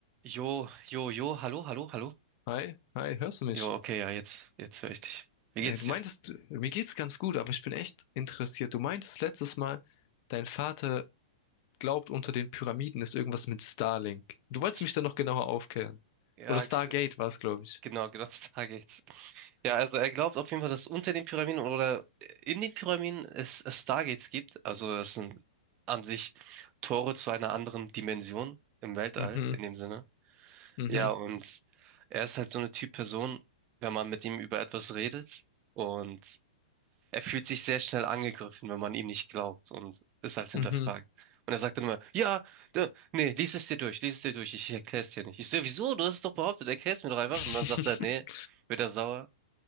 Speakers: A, on the right (about 35°); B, on the left (about 45°).
A: Jo, jo, jo, hallo, hallo, hallo.
B: Hi, hi, hörst du mich?
A: Jo, okay, ja, jetzt, jetzt höre ich dich. Wie
B: Äh,
A: geht's
B: du
A: dir?
B: meintest, mir geht's ganz gut, aber ich bin echt interessiert. Du meintest letztes Mal, dein Vater glaubt, unter den Pyramiden ist irgendwas mit Starlink. Du wolltest
A: S-
B: mich da noch genauer aufklären.
A: Ja,
B: Oder Stargate
A: ich-
B: war es, glaube ich.
A: genau, genau, <laughs> da geht's. Ja, also er glaubt auf jeden Fall, dass unter den Pyramiden oder in den Pyramiden es es Stargates gibt. Also das sind an sich Tore zu einer anderen Dimension im Weltall,
B: Mhm,
A: in dem Sinne.
B: mhm,
A: Ja, und er ist halt so eine Typ Person, wenn man mit ihm über etwas redet. Und Er fühlt sich sehr schnell angegriffen, wenn man ihm nicht glaubt und es halt hinterfragt.
B: mhm.
A: Und er sagt dann immer, ja, da, nee, lies es dir durch, lies es dir durch, ich erkläre es dir nicht. Ich so, wieso? Du hast es doch behauptet, erklär es mir doch einfach.
B: <laughs>
A: Und dann sagt er, nee, wird er sauer.